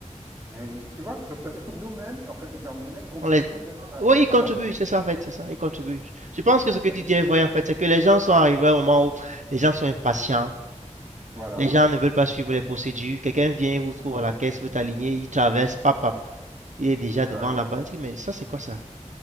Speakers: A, on the right; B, on the right.
A: mais tu vois, donc c'est-à-dire que nous-mêmes, en fait, les Camerounais contribuent
B: On les...
A: eux-mêmes à,
B: Oui, ils contribuent,
A: à perpétuer
B: c'est ça
A: ce
B: en
A: truc.
B: fait, c'est ça, ils contribuent. Je pense que ce que
A: Mais
B: tu dis
A: c'est-
B: est vrai en fait, c'est que les gens sont arrivés au moment où les gens sont impatients.
A: voilà,
B: Les gens ne veulent pas suivre les procédures. Quelqu'un vient, vous trouve
A: voilà,
B: à la caisse, vous êtes aligné, il traverse, pap, pap. Il est déjà
A: voilà.
B: devant la banque. mais ça, c'est quoi ça?